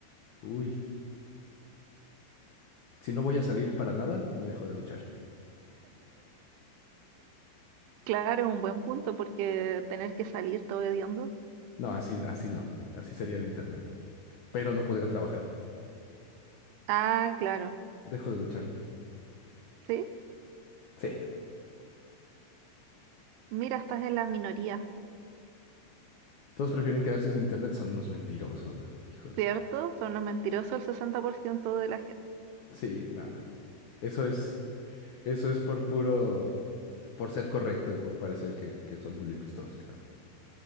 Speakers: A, on the left; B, on the right.
A: Uy, si no voy a salir para nada, me dejo de duchar.
B: Claro, es un buen punto porque tener que salir todo hediondo.
A: No, así, así no. Así sería el internet. Pero no podría trabajar.
B: Ah, claro.
A: Dejo de ducharme.
B: Sí.
A: Sí.
B: Mira, estás en la minoría.
A: Todos prefieren quedarse sin internet, son unos mentirosos. Híjole.
B: ¿Cierto? Son los mentirosos el 60% de la gente.
A: Sí, nada. Eso es. Eso es por puro, por ser correcto y por parecer que, que son muy limpios todos, pero